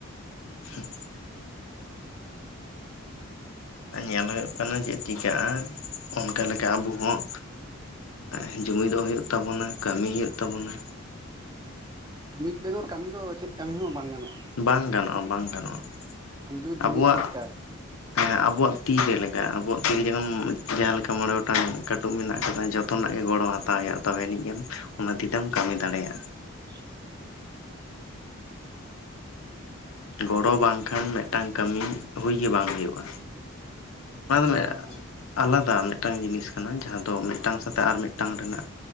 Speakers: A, on the left (about 75°); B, on the right (about 20°).
A: ᱦᱮᱸᱜ᱾ ᱧᱮᱞ ᱦᱩᱭᱩᱜ ᱠᱟᱱᱟ ᱪᱮᱫ ᱪᱤᱠᱟᱜ-ᱟ ᱚᱱᱠᱟ ᱞᱮᱠᱟ ᱟᱵᱚ ᱦᱚᱸᱼᱼ ᱮᱸ ᱡᱩᱢᱤᱫᱚᱜ ᱦᱩᱭᱩᱜ ᱛᱟᱵᱚᱱᱟ ᱠᱟᱹᱢᱤ ᱦᱩᱭᱩᱜ ᱛᱟᱵᱩᱱᱟ᱾
B: ᱡᱩᱢᱤᱫ ᱵᱮᱜᱚᱨ ᱠᱟᱢᱤ ᱫᱚ ᱪᱮᱫ ᱠᱟᱢᱤ ᱦᱚᱸ ᱵᱟᱝ ᱜᱟᱱᱚᱜ-ᱟ᱾
A: ᱵᱟᱝ ᱜᱟᱱᱚᱜ-ᱟ᱾ ᱵᱟᱝ ᱜᱟᱱᱚᱜ-ᱟ᱾
B: ᱯᱩᱭᱞᱩ ᱡᱩᱢᱤᱫ
A: ᱟᱵᱚᱣᱟᱜᱼᱼ
B: ᱫᱚᱨᱠᱟᱨ
A: ᱦᱮᱸ ᱟᱵᱚᱣᱟᱜ ᱛᱤ ᱡᱮᱞᱮᱠᱟ᱾ ᱟᱵᱚᱣᱟᱜ ᱛᱤᱨᱮ ᱡᱮᱢᱚᱱ ᱡᱟᱦᱟᱸ ‌ᱞᱮᱠᱟ ᱢᱚᱬᱮ ᱜᱚᱴᱟᱝ ᱠᱟᱹᱴᱩᱵ ᱢᱮᱱᱟᱜ ᱟᱠᱟᱫᱟ ᱡᱚᱛᱼᱼ ᱛᱚᱱᱟᱜ ᱜᱮ ᱜᱚᱲᱚ ᱦᱟᱛᱟᱣ ᱦᱩᱭᱩᱜ-ᱟ᱾ ᱛᱚᱵᱮ ᱟᱹᱱᱤᱡ ᱜᱮᱢ ᱚᱱᱟ ᱛᱤᱛᱮᱢ ᱠᱟᱢᱤ ᱫᱟᱲᱮᱭᱟᱜ-ᱟ᱾
B: ᱦᱩᱸ᱾
A: ᱜᱚᱲᱚ ᱵᱟᱝ ᱠᱷᱟᱱ ᱢᱮᱜᱴᱟᱝ ᱠᱟᱹᱢᱤ, ᱦᱩᱭ ᱜᱮ ᱵᱟᱝ ᱦᱩᱭᱩᱜ-ᱟ᱾ ᱚᱱᱟ <unintelligible>
B: ᱮᱠᱫᱚᱢ
A: ᱟᱞᱟᱫᱟ ᱞᱮᱜᱼᱼ ᱴᱟᱝ ᱡᱤᱱᱤᱥ ᱠᱟᱱᱟ᱾ ᱡᱟᱦᱟᱸ ᱫᱚ ᱢᱮᱜᱴᱟᱝ ᱥᱟᱛᱮᱜ ᱟᱨ ᱢᱤᱜᱴᱟᱝ ᱨᱮᱱᱟᱜ